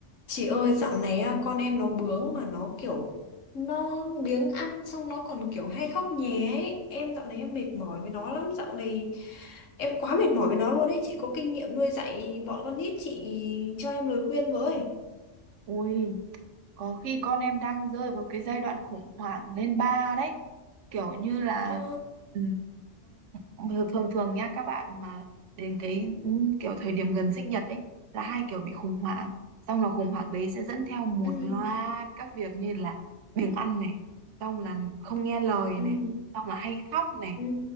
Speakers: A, on the left; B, on the right.
A: Chị ơi dạo này á, con em nó bướng mà nó kiểu nó biếng ăn xong nó còn kiểu hay khóc nhé ấy. Em dạo này em mệt mỏi với nó lắm dạo này em quá mệt mỏi với nó luôn ấy chị có kinh nghiệm nuôi dạy bọn con nít chị cho em lời khuyên với
B: Ui, có khi con em đang rơi vào cái giai đoạn khủng hoảng lên ba đấy. Kiểu như là
A: ờ
B: ừ, ừ, thường thường nha các bạn mà đến cái ừ, kiểu thời điểm gần sinh nhật ấy là hai kiểu bị khủng hoảng. Xong là khủng hoảng đấy sẽ dẫn theo một
A: ừ
B: loạt các việc như là biếng ăn này, xong là không nghe lời
A: ừ
B: này, xong là hay khóc này,
A: ừ